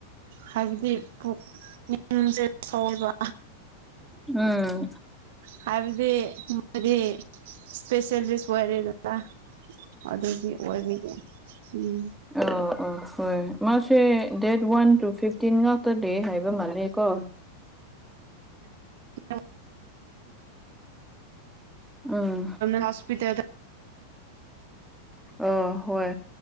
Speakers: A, on the right; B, in the centre.
A: ꯍꯥꯏꯕꯗꯤ ꯄꯨꯛꯅꯤꯡꯁꯦ ꯁꯣꯏꯕ
B: ꯎꯝ
A: ꯍꯥꯏꯕꯗꯤ ꯃꯗꯤ ꯁ꯭ꯄꯦꯁꯦꯂꯤꯁ ꯑꯣꯏꯔꯦꯗꯅ ꯑꯗꯨꯗꯤ ꯑꯣꯏꯕꯤꯗꯤ ꯎꯝ
B: ꯑ ꯑꯣ ꯍꯣꯏ ꯃꯥꯁꯦ ꯗꯦꯠ ꯋꯥꯟ ꯇꯨ ꯐꯤꯐꯇꯤꯟ ꯉꯥꯛꯇ ꯂꯩ ꯍꯥꯏꯕ ꯃꯥꯜꯂꯦꯀꯣ
A: <unintelligible>
B: ꯎꯝ
A: ꯍꯣꯁꯄꯤꯇꯜꯗ
B: ꯑꯥ ꯍꯣꯏ